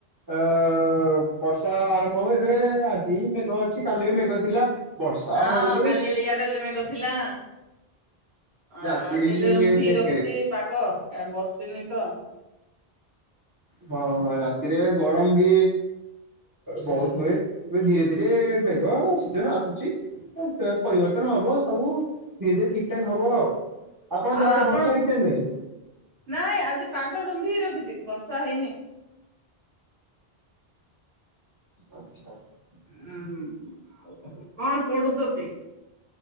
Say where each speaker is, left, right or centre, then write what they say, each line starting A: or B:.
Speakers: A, on the right (about 25°); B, on the right (about 75°).
A: ଆଁ ବର୍ଷା ଆରମ୍ଭ ହୁଏ ଏବେ ଆଜି ମେଘ ଅଛି କାଲି ବି ମେଘ ଥିଲା। ବର୍ଷା
B: ହଁ
A: ହଉନି
B: କାଲି ହେଲେ ୟାଡେ ହେଲେ ମେଘ ଥିଲା। ଆଉ
A: ରାତିରେ
B: ଆଜି ହେଲେ ରୁନ୍ଧିକି ରଖିଛି ପାଗ କାଇଁ ବସିିନି ତ
A: ହଁ ରାତିରେ ଗରମ ବି ବହୁତ ହୁଏ ଏବେ ଧୀରେ ଧୀରେ ମେଘ ସିଜନ ଆସୁଛି। ପରିବର୍ତ୍ତନ ହବ ସବୁ ଧୀରେ ଧୀରେ ଠିକ ଠାକ ହବ ଆଉ। ସେପଟେ
B: ଆଉ ଆପଣ
A: ବର୍ଷା ହେଇଛି ନା ନାଇଁ?
B: ନାଇଁ ଆଜି ପାଗ ରୁନ୍ଧିକି ରଖିଛି ବର୍ଷା ହେଇନି।
A: ଆଚ୍ଛା ଆଚ୍ଛା।
B: ହୁଁ ଆଉ କଣ ପଢୁଛନ୍ତି?